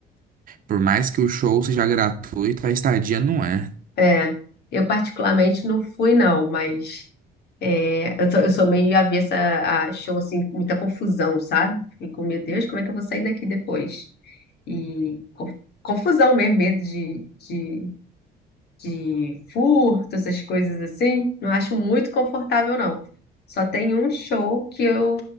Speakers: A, on the right; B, on the left.
A: Por mais que o show seja gratuito, a estadia não é.
B: É, eu particularmente não fui não, mas é, eu, tô- eu sou meio avessa a show assim, com muita confusão, sabe? Fico, meu Deus, como é que eu vou sair daqui depois? E co- confusão mesmo, medo de, de de furto, essas coisas assim, não acho muito confortável, não. Só tem um show que eu,